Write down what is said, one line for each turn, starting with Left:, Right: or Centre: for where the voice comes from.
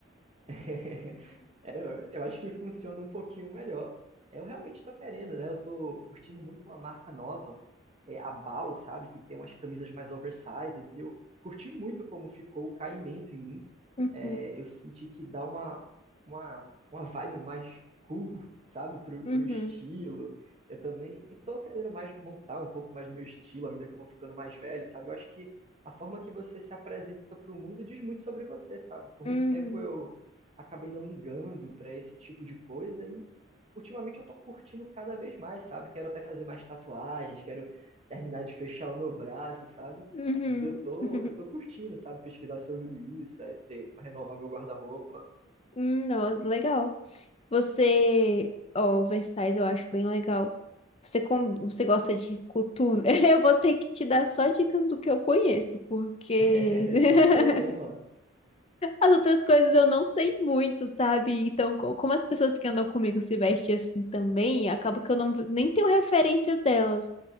Right: <laughs> É, eu eu acho que funciona um pouquinho melhor. Eu realmente tô querendo, né? Eu tô curtindo muito uma marca nova, é a Bal, sabe? Que tem umas camisas mais oversized. e Eu curti muito como ficou o caimento em mim.
Left: Uhum,
Right: É, eu senti que dá uma, uma, uma vibe mais cool, sabe? Pro,
Left: uhum,
Right: pro estilo. Eu também tô querendo mais montar um pouco mais do meu estilo à medida que eu vou ficando mais velho, sabe? Eu acho que a forma que você se apresenta para o mundo diz muito sobre você, sabe? Por
Left: uhum,
Right: muito tempo eu acabei não ligando para esse tipo de coisa e ultimamente eu tô curtindo cada vez mais, sabe? Quero até fazer mais tatuagens, quero terminar de fechar o meu braço, sabe?
Left: uhum.
Right: E eu tô,
Left: <laughs>
Right: eu tô curtindo, sabe? Pesquisar sobre isso, é ter, renovar meu guarda-roupa,
Left: Hum, Nossa, legal. Você, ó, oversize eu acho bem legal. Você, com, você gosta de coturno? <laughs> Eu vou ter que te dar só dicas do que eu conheço, porque
Right: <laughs> é,
Left: <laughs>
Right: sem problema.
Left: As outras coisas eu não sei muito, sabe? Então, co- como as pessoas que andam comigo se vestem assim também, acaba que eu não nem tenho referência delas.